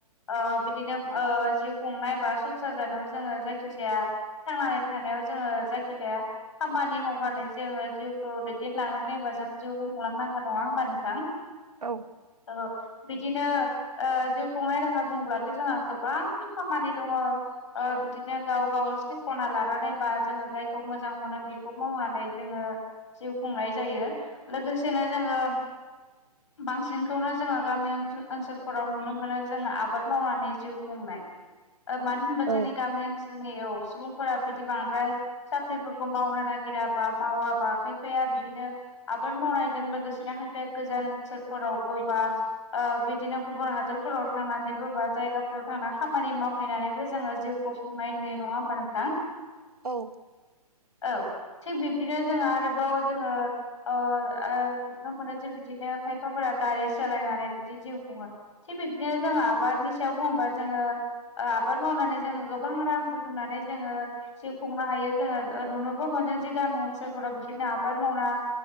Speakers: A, on the left (about 50°); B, on the right (about 70°).
A: ओ बिदिनो ओ जिउ खुंनाय बा सं सार जानायाव जोङो जायखिजाया थांनानै थानायाव जोङो जायखिजाया खामानि मावबानो जोङो जिउखौ दैदेनलांनांगौ एबा जों जिउ खुंलांनांगौ नङा होमबा नोंथां? <inaudible> <unintelligible>
B: औ।
A: ओ बिदिनो ओ जिउ खुंनाय राहा बुङोबाथ' जोंहा गोबां खामानि दंङ ओ बिदिनो गाव गाव सायख'ना लानानै बा जोङो जायखौ मोजां मोनो बेखौ मावनानै जोङो जिउ खुंनाय जायो लोगोसेनो जोङो बांसिनखौनो जोङो गामि ओनसोलफोराव नुनो मोनो जोङो आबाद मावनानै जिउ खुंनाय। ओ मानो होनबा
B: औ
A: जोंनि गामि ओनसोलनियाव सुबुंफोरा बिदि बांद्राय साख्रिफोरखौ मावनो नागिराबा मावाबा खायफाया बिदिनो आबाद मावनायजों लोगोसेनो हायफाया गोजान ओनसोलफोरावबो बा ओ बिदिनो गुबुन हादरफोराव थांनानै ब बा जायगाफोराव थांनानै खामानि मावहैनानै जोङो जिउखौ खुंनाय नुयो नङा होमबा नोंथां?
B: औ।
A: औ थिग बिब्दिनो जोङो आरोबाव जोङो अ नुनो मोनो जे बिदिनो खायफाफोरा गारि सालायनानै बिदि जिउ खुङो। थिग बिदिनो जोङो आबादनि सायाव बुङोबा जोङो आबाद मावनानै जोङो गोबां रां बुथुमनानै जोङो जि खुंनो हायो। जोङो ओ नुनोबो मोनो जे गामि ओनसोलफोराव बिदिनो आबाद मावना